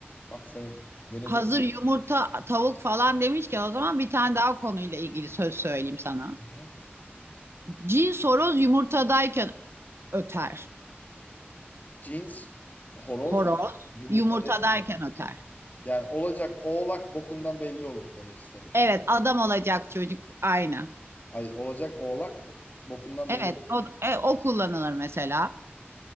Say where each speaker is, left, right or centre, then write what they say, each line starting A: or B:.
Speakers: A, on the left; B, on the right.
A: Bak sen denedim.
B: Hazır yumurta tavuk falan demişken o zaman bir tane daha konuyla ilgili söz söyleyeyim sana.
A: Hı.
B: Cin soroz yumurtadayken öter.
A: Cins, horoz,
B: Horoz
A: yumurta
B: yumurta
A: değil ki.
B: derken öter.
A: Yani olacak oğlak bokundan belli olur demek istemiş.
B: Evet adam olacak çocuk aynı.
A: Ay olacak oğlak bo- bokundan
B: Evet
A: belli olur.
B: o, e, o kullanılır mesela.